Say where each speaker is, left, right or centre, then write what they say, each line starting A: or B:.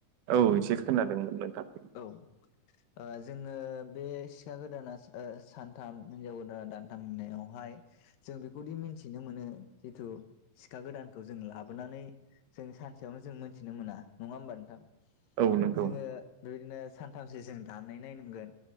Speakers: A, on the right; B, on the left.
A: औ एसे खोनादोंमोन नोंथाङा
B: औ जोङो बे सिखा गोदाना सानथाम हिनजाव गोदाना दानथाम होननायावहाय जों बेखौदि मिन्थिनो मोनो जिथु सिखा गोदानखौ जों लाबोनानै जों सानसेयावनो जों मोन्थिनो मोना नङा होमबा नोंथां
A: औ नंगौ
B: जोङो बेदिनो सानथामसो जों दाननाय नायनांगोन